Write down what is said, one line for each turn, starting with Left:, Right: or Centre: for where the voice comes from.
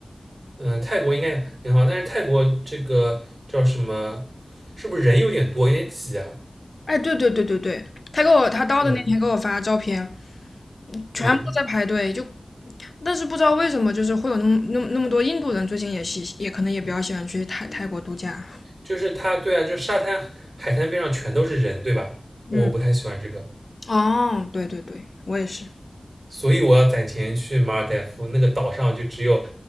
Right: 嗯，泰国应该很好，但是泰国这个叫什么，是不是人有点多，有点挤啊？
Left: 哎，对对对对对，他给我他到的那天给我发照片，
Right: 嗯
Left: 全部都在排队，
Right: 嗯，
Left: 就但是不知道为什么，就是会有那么那么那么多印度人，最近也喜也可能也比较喜欢去泰泰国度假。
Right: 就是它，对啊，就是沙滩海滩边上全都是人，对吧？
Left: 嗯，
Right: 我不太喜欢这个。
Left: 哦，对对对，我也是，
Right: 所以我要攒钱去马尔代夫那个岛上，就只有